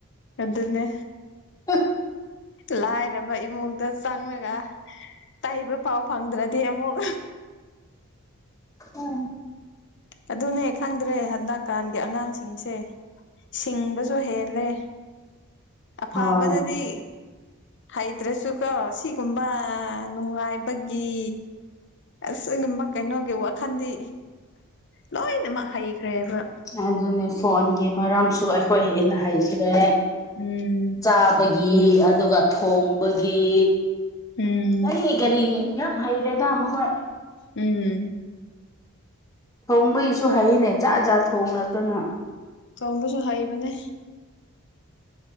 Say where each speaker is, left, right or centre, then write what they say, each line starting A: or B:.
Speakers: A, on the left (about 55°); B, on the left (about 15°).
A: ꯑꯗꯨꯅꯦ
B: ꯍ <inaudible>
A: ꯂꯥꯏꯔꯕ ꯏꯃꯨꯡꯗ ꯆꯪꯂꯒ ꯇꯩꯕ ꯐꯥꯎ ꯐꯪꯗ꯭ꯔꯗꯤ ꯑꯃꯨꯛ
B: ꯎꯝ
A: ꯑꯗꯨꯅꯦ ꯈꯪꯗ꯭ꯔꯦ ꯍꯟꯗꯛꯀꯥꯟꯒꯤ ꯑꯉꯥꯡꯁꯤꯡꯁꯦ ꯁꯤꯡꯕꯁꯨ ꯍꯦꯜꯂꯦ ꯑꯐꯥꯕꯗꯗꯤ
B: ꯍꯣꯏ
A: ꯍꯩꯇ꯭ꯔꯁꯨꯀꯣ ꯁꯤꯒꯨꯝꯕ ꯅꯨꯡꯉꯥꯏꯕꯒꯤ ꯑꯁꯤꯒꯨꯝꯕ ꯀꯩꯅꯣꯒꯤ ꯋꯥꯈꯟꯗꯤ ꯂꯣꯏꯅꯃꯛ ꯍꯩꯈ꯭ꯔꯦꯕ
B: ꯑꯗꯨꯅꯦ ꯐꯣꯟꯒꯤ ꯃꯔꯝꯁꯨ ꯑꯩꯈꯣꯏ ꯍꯦꯟꯅ ꯍꯩꯈ꯭ꯔꯦ
A: ꯎꯝ
B: ꯆꯥꯕꯒꯤ ꯑꯗꯨꯒ ꯊꯣꯡꯕꯒꯤ
A: ꯎꯝ
B: ꯀꯔꯤ ꯀꯔꯤ ꯌꯥꯝ ꯍꯩꯔꯦꯗ ꯃꯍꯣꯏ
A: ꯎꯝ
B: ꯊꯣꯡꯕꯒꯤꯁꯨ ꯍꯩꯌꯦꯅꯦ ꯖꯥꯠ ꯖꯥꯠ ꯊꯣꯡꯔꯛꯇꯅ
A: ꯊꯣꯡꯕꯁꯨ ꯍꯩꯕꯅꯦ